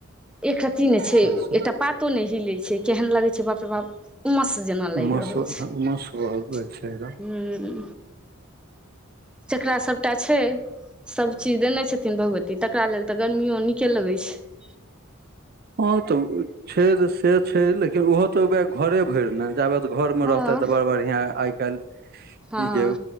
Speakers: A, in the centre; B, on the right.
A: एकटा तीने छै
B: से सब
A: एकटा पात पतो नहि हिलै छै केहन लगै छै बाप रे बाप उमस जेना लागि
B: मासु
A: रहल छै
B: मासु होइ छै एकदम
A: हुँ जेकरा सभटा छै सभ चीज देने छथिन भगवती तकरा लेल तऽ गर्मियो नीके लगै छै
B: ह तऽ छै से छै लेकिन ओहो तऽ घरे भरि ने जाबत घर मे
A: हँ
B: रहते तऽ बड़ बढ़िया आइ काल्हि
A: हँ
B: ई जे